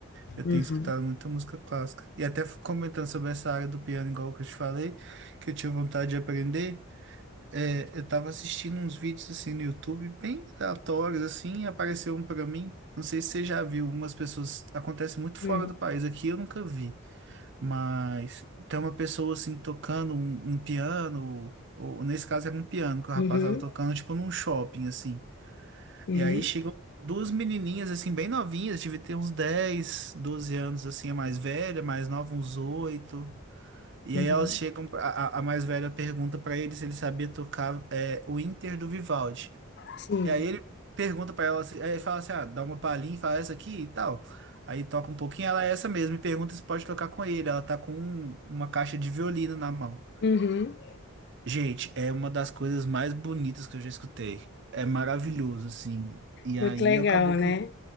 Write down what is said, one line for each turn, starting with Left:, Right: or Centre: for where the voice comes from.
Right: Eu
Left: Uhum.
Right: tenho escutado muita música clássica. E até f- comentando sobre essa área do piano, igual que eu te falei, que eu tinha vontade de aprender, é, eu tava assistindo uns vídeos assim no YouTube, bem aleatórios assim, e apareceu um para mim. Não sei se você já viu, umas pessoas acontece muito
Left: Uhum.
Right: fora do país, aqui eu nunca vi mas tem uma pessoa assim tocando um, um piano, ou nesse caso era um piano que o rapaz
Left: Uhum.
Right: estava tocando, tipo num shopping assim.
Left: Uhum.
Right: E aí chegam duas menininhas assim, bem novinhas, devia ter uns 10, 12 anos assim, a mais velha, a mais nova, uns oito E
Left: Uhum.
Right: aí elas chegam, pra- a, a a mais velha pergunta pra ele se ele sabia tocar é, o Inter do Vivaldi.
Left: Sim.
Right: E aí ele pergunta pra ela, assim- aí ele fala assim, ah, dá uma palhinha, e fala essa aqui e tal. Aí toca um pouquinho, ela é essa mesmo, e pergunta se pode tocar com ele. Ela tá com um- uma caixa de violino na mão.
Left: Uhum.
Right: Gente, é uma das coisas mais bonitas que eu já escutei. É maravilhoso, assim. E
Left: Muito
Right: aí
Left: legal,
Right: acabou que
Left: né?